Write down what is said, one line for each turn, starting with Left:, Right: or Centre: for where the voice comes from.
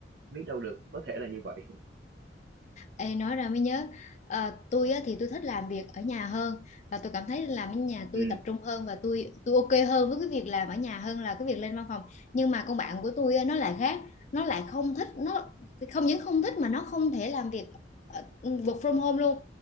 Right: biết đâu được có thể là như vậy
Left: Ê, nói ra mới nhớ Ờ, tôi á, thì tôi thích làm việc ở nhà hơn và tôi cảm thấy làm ở nhà tôi
Right: ừ
Left: tập trung hơn và tôi tôi ok hơn với cái việc làm ở nhà hơn là cái việc lên văn phòng nhưng mà con bạn của tôi á, nó lại khác nó lại không thích nó không những không thích mà nó không thể làm việc ờ, work from home luôn